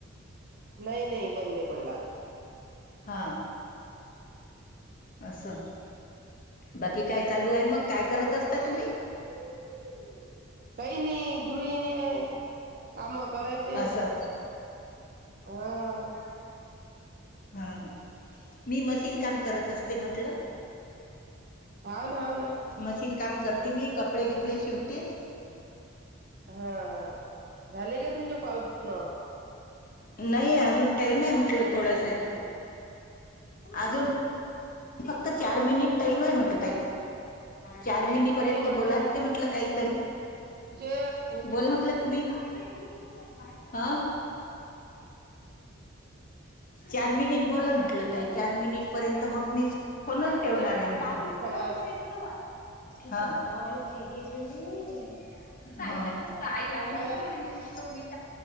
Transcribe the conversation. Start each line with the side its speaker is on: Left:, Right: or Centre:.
Right: नाही-नाही बंद नाही पडला.
Left: हां असं बाकी काय चालू आहे मग, काय करत असता तुम्ही?
Right: <unintelligible> काय नाही गृहिणी आहे काम कराचे,
Left: असं
Right: हा..
Left: हा हा मी मशीन काम करत असते म्हटलं,
Right: हाव ना, हाव ना.
Left: मशीन काम करते मी, कपडे गिपडे शिवतेस..
Right: हा... झाले का तुमचे कॉल पूर्ण?
Left: नाही अजून टाईम आहे, म्हटलं थोडसं.. अजून फक्त चार मिनिट टाईम आहे म्हटलं ताई. चार मिनि पर्यंत
Right: नाही म्हटलं
Left: बोला लागते म्हटलं काहीतरी,
Right: तुमचे हे-
Left: बोल म्हटलं. तुम्ही <unintelligible> अ <unintelligible> चार मिनिट बोला म्हटलं ताई, चार मिनिट पर्यंत मग मी फोनच
Right: हा,
Left: ठेवणार
Right: बोला
Left: आहे
Right: ना.
Left: म्हटलं, दहा मिनिट बोला
Right: सांगा
Left: लागते. <unintelligible> हां <unintelligible> ताई लावीन
Right: सांगा
Left: किती म्हणे
Right: ना
Left: मी कशी लाऊ मी,